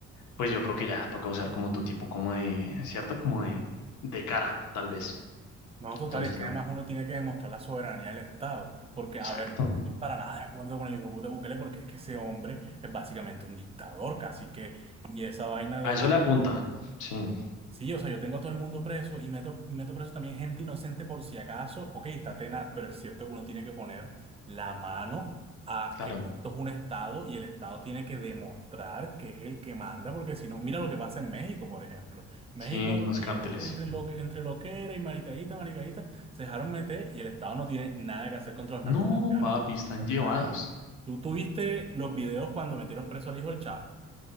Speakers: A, on the left; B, on the right.
A: pues yo creo que ya toca usar como tu tipo como de, ¿cierto? Como de, de cara, tal vez.
B: No, total,
A: Entonces,
B: es que
A: no,
B: además uno tiene que demostrar la soberanía del Estado, porque, a
A: exacto.
B: ver, yo no estoy para nada de acuerdo con el hijo de puta Bukele, porque es que ese hombre es básicamente un dictador, casi que, y esa vaina de,
A: A eso
B: ok,
A: le apunta, sí.
B: Sí, o sea, yo tengo a todo el mundo preso y meto, y meto preso también gente inocente por si acaso. Ok, está tenaz, pero es cierto que uno tiene que poner la mano a
A: Claro,
B: que esto es un Estado y el Estado tiene que demostrar que es el que manda, porque si no, mira lo que pasa en México, por ejemplo. México,
A: sí, los
B: ahí
A: cárteles.
B: entre, entre, lo, entre loquera y maricadita, maricadita, se dejaron meter y el Estado no tiene nada que hacer contra los narcotraficantes.
A: No, papi,
B: O
A: están
B: sea, esos
A: llevados.
B: manes. ¿Tú, tú viste los videos cuando metieron preso al hijo del Chapo?